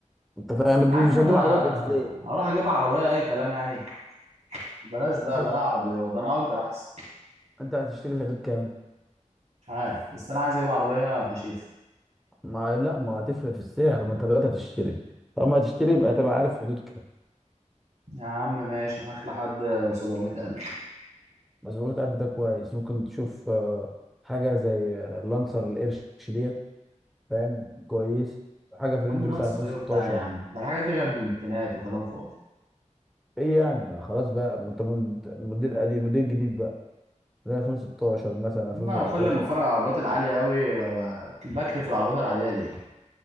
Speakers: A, in the centre; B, on the right (about 65°).
A: انت فاهم ما تجيبش
B: يا عم
A: مش
B: انا
A: هتجيب عربيه ازاي
B: هروح اجيب عربيه اي كلام يعني بلاش بقى
A: انت هش-
B: بلا عربيه ده انا اجر احسن
A: انت هتشتري في حدود كام
B: مش عارف بس انا عايز اجيب عربيه فشيخ
A: ما لا ما هتفرق في السعر ما انت دلوقتي هتشتري طالما هتشتري يبقى تبقى عارف في حدود كام
B: يا عم ماشي معاك لحد 700000
A: بس لو انت عارف ده كويس ممكن تشوف آه، حاجه زي آه، لانسر القرش ديت فاهم كويس حاجه في رينج
B: يا عم لانسر
A: مثلا 2016
B: ايه وبتاع يا عم ده الحاجات دي كانت بامتينات وكلام فاضي
A: ايه يعني ما خلاص بقى ما انت مد- موديل قديم موديل جديد بقى من 2016 مثلا 2017
B: اما كل ما اتفرج على العربيات العاليه قوي ب- ب- بكرف العربيات العاديه دي